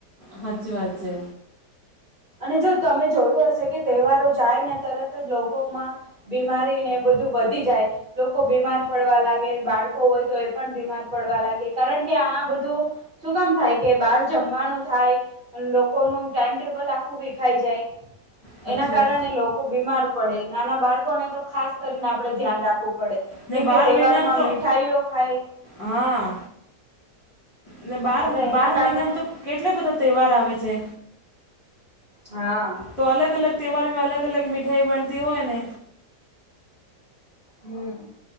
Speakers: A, on the left (about 35°); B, on the right (about 35°).
A: સાચી વાત છે
B: અને જો તમે જોયું હશે કે તહેવારો જાય ને તરત જ લોકોમાં બીમારી ને એ બધું વધી જાય લોકો બીમાર પડવા લાગે બાળકો હોય તો એ પણ બીમાર પડવા લાગે કારણ કે આ બધું શું કામ થાય? કે બહાર જમવાનું થાય લોકોનું ટાઈમ ટેબલ આખું દેખાઈ જાય
A: સાચી
B: એના કારણે
A: વાત
B: બીમાર પડે નાના બાળકોને તો ખાસ કરીને આપડે ધ્યાન રાખવું પડે.
A: ને
B: કેમ
A: બાર
B: કે તહેવારોમાં
A: મહિનામાં તો
B: મીઠાઈઓ ખાય,
A: હા અને બાર
B: એટલે એના
A: બાર
B: કારણે
A: મહિનેમાં તો કેટલા બધા તહેવાર આવે છે.
B: હા
A: તો અલગ અલગ તહેવારમાં અલગ અલગ મીઠાઈ બનતી હોય ને
B: હમ